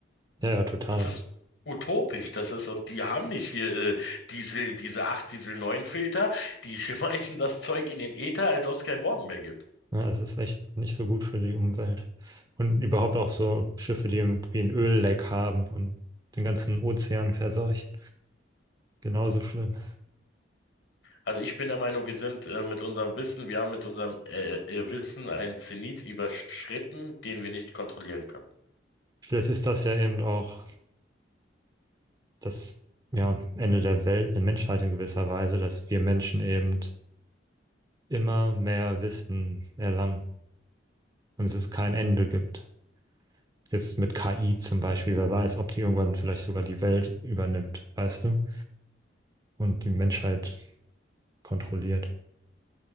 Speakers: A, on the right; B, on the left.
A: Ja, ja, total.
B: Das ist utopisch, das ist, und die haben nicht hier äh, Diesel, diese 8 Diesel 9 Filter, die <laughs> schmeißen das Zeug in den Äther, als ob es keinen Morgen mehr gibt.
A: Ja, es ist echt nicht so gut für die Umwelt. Und überhaupt auch so Schiffe, die irgendwie ein Ölleck haben und den ganzen Ozean verseuchen. Genauso schlimm.
B: Also ich bin der Meinung, wir sind äh, mit unserem Wissen, wir haben mit unserem äh, äh, Wissen einen Zenit überschritten, den wir nicht kontrollieren können.
A: Vielleicht ist das ja eben auch das, ja, Ende der Welt, der Menschheit in gewisser Weise, dass wir Menschen eben immer mehr Wissen erlangen und es ist kein Ende gibt. Jetzt mit KI zum Beispiel, wer weiß, ob die irgendwann vielleicht sogar die Welt übernimmt, weißt du, und die Menschheit kontrolliert.